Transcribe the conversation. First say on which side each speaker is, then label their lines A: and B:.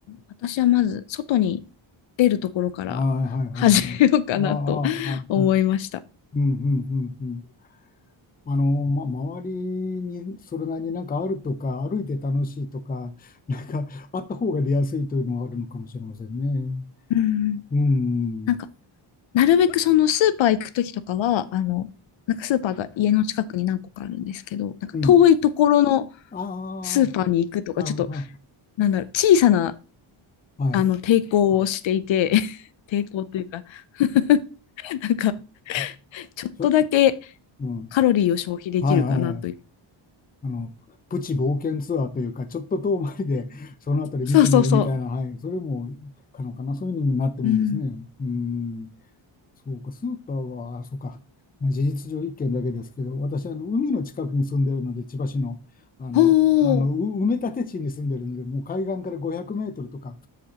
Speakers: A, on the left (about 65°); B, on the left (about 20°).
A: 私はまず、外に出るところから始めようかなと思いました。
B: ああ、はいはいはい。ああ、はいはい。うん、うん、うん、うん。あの、ま、周りにそれなりになんかあるとか、歩いて楽しいとか、<laughs> なんかあった方が出やすいというのはあるのかもしれませんね。
A: うん、
B: うん、
A: なんか、なるべくそのスーパー行くときとかは、あの、なんかスーパーが家の近くに何個かあるんですけど、なんか遠いところの
B: うん。あ
A: スーパーに行くとか、
B: あ、あ
A: ちょっと、なんだろう、小さな
B: あ、はい。
A: あの、抵抗をしていて、<laughs> 抵抗というか <laughs> なんか、
B: あ
A: ちょっとだけ
B: ちょ、うん。
A: カロリーを消費できるかなという。
B: はいはいはい。あの、プチ冒険ツアーというか、ちょっと遠回りで、そのあたり見てみるみたいな、
A: そうそうそ
B: はい。それも可能かな。そういうのになってもいいですね。
A: う。うん。
B: うん。そうか、スーパーは、そうか、まあ、事実上1軒だけですけど、私、あの海の近くに住んでるので、千葉市の、あの、
A: ほう、
B: あのう埋め立て地に住んでるので、もう海岸から500メートルとか、